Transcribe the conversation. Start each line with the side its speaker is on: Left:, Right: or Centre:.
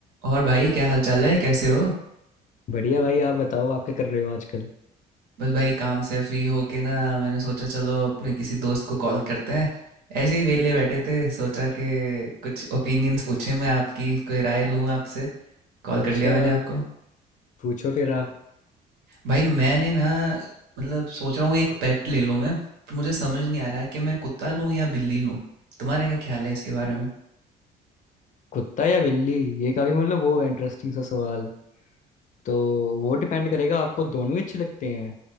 Right: और भाई क्या हाल चाल है कैसे हो
Left: बढ़िया भाई आप बताओ आप क्या कर रहे हो आजकल <laughs>
Right: बस भाई काम से फ्री होके ना मैंने सोचा चलो अपने किसी दोस्त को कॉल करते हैं ऐसे ही वेले बैठे थे सोचा कि कुछ ओपिनियंस पूछे मैं आपकी कोई राय लूँ आपसे कॉल
Left: अच्छा
Right: कर लिया मैंने
Left: भाई
Right: आपको
Left: पूछो फिर आप
Right: भाई मैंने ना मतलब सोच रहा हूँ एक पेट ले लूँ मैं पर मुझे समझ नहीं आ रहा कि मैं कुत्ता लूँ या बिल्ली लूँ तुम्हारा क्या ख्याल है इसके बारे में
Left: कुत्ता या बिल्ली ये काफी मतलब वो है इंटरेस्टिंग सा सवाल तो वो डिपेंड करेगा आपको दोनों ही अच्छे लगते हैं